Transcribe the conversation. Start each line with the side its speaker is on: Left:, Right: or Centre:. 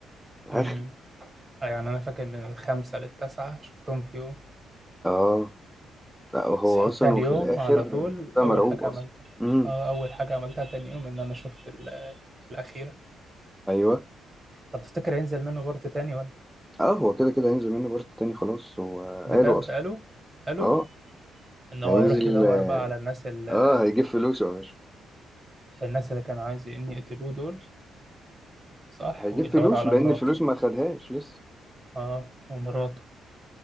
Centre: اخر
Right: امم يعني انا فاكر من الخمسة للتسعة شفتهم في يوم
Centre: اه لا هو
Right: صحيت
Centre: اصلا
Right: تاني
Centre: وفي
Right: يوم
Centre: الاخر
Right: على طول
Centre: بقى
Right: اول
Centre: مرعوب
Right: حاجة
Centre: اصلا
Right: عملتها
Centre: امم
Right: اه اول حاجة عملتها تاني يوم ان انا شفت ال- الاخيرة
Centre: ايوه
Right: طب تفتكر هينزل منه بارت تاني
Centre: اه هو كده كده هينزل منه بارت تاني خلاص هو
Right: بجد
Centre: قالوا اصلا
Right: قالوا قالوا
Centre: اه
Right: ان هو
Centre: هينزل
Right: يروح يدور
Centre: اه
Right: بقى على الناس اللي
Centre: آه، هيجيب فلوسه يا باشا
Right: الناس اللي كانوا عايز ان يقتلوه دول صح
Centre: هيجيب
Right: ويدور
Centre: فلوس
Right: على
Centre: لان
Right: مراته
Centre: الفلوس ما خدهاش لسه
Right: اه ومراته